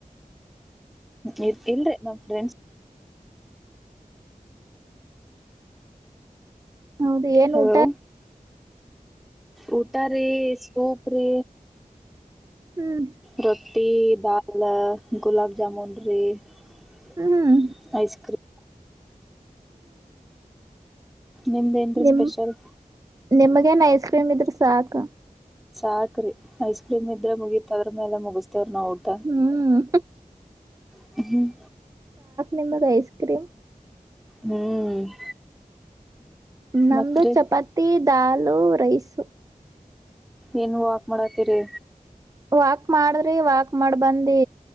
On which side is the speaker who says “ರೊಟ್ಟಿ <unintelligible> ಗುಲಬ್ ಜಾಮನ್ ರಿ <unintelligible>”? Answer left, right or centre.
Centre